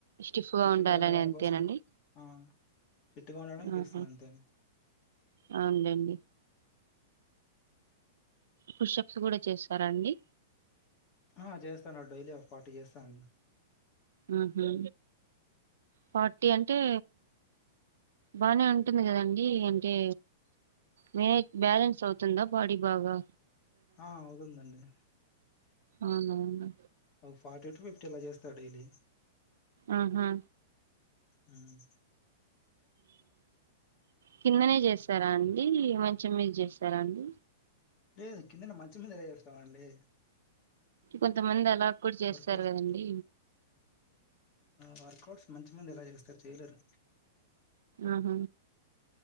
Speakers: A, on the right; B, on the left.
A: స్టిఫ్గా
B: ఫిట్
A: ఉండాలని
B: గా ఉండడానికి
A: అంతేనండి
B: కోసం ఆ ఫిట్ గా ఉండడానికి చేస్తున్నా
A: ఆహ
B: అంతే అండి.
A: అవునులేండి పుషప్స్ గూడా చేస్తారాండి
B: ఆ చేస్తానుడు డైలీ ఒక ఫార్టీ చేస్తా అండి
A: ఆహ ఫార్టీ అంటే బానే ఉంటుంది కదండి అంటే మేక్ బ్యాలెన్స్ అవుతుందా బాడీ బాగా
B: ఆ అవుతుందండి
A: అవునా
B: ఒక ఫార్టీ టు ఫిఫ్టీ అలా చేస్తా డైలీ
A: ఆహా
B: ఉమ్
A: కిందనే చేస్తారా అండి మంచం మీద చేస్తారా అండి
B: లేదు కిందనే మంచ మీద ఎలా జేస్తామండి
A: కొంతమంది అలా గూడా చేస్తారు
B: వర్కౌట్స్
A: కదండి
B: వర్కౌట్స్ మంచి మంది ఎలా చేస్తారు చెయ్యలేరు
A: ఆహ